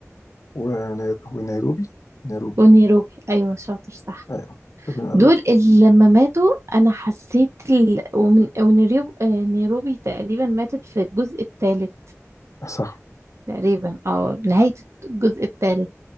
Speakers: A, on the left; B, on the right.
A: وني- ونيروبي نيروبي
B: ونيروبي ايوه شاطر صح
A: ايوه طوكيو ونيروبي
B: دول اللي لما ماتوا انا حسيت ال... ومن ونيروبي آه، نيروبي تقريبا ماتت في الجزء الثالث
A: صح
B: تقريبا اه نهاية الجزء الثالث